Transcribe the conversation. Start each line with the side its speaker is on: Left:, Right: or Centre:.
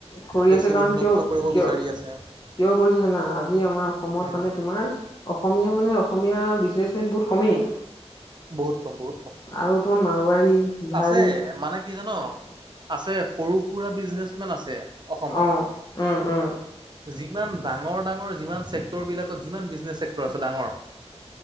Left: কৰি
Right: বেছি
Left: আছে কাৰণ
Right: উন্নত
Left: কিয়
Right: কৰিব
Left: কিয়?
Right: বিচাৰি আছে
Left: কিয় কৰিছে জানা, আজি আমাৰ অসমত
Right: উম
Left: মানে তোমাৰ অসম অসমীয়া মানে, অসমীয়া বিজনেচমেন বহুত কমেই
Right: বহুত কম, বহুত কম,
Left: আৰু তোমাৰ মাৰোৱাৰী বিহাৰী
Right: আছে মানে কি জান? আছে সৰু সুৰা বিজনেচমেন আছে অসমত
Left: অ উম উম
Right: যিমান ডাঙৰ, ডাঙৰ, যিমান চেক্টৰবিলাকত যিমান বিজনেছ চেক্টৰ আছে ডাঙৰ